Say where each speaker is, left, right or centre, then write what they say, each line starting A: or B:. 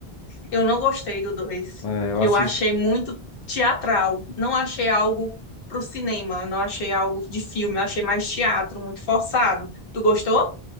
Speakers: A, on the left (about 65°); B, on the left (about 45°).
A: Eu não gostei do dois.
B: É, eu
A: Eu
B: assisti.
A: achei muito teatral. Não achei algo pro cinema, não achei algo de filme, eu achei mais teatro, muito forçado. Tu gostou?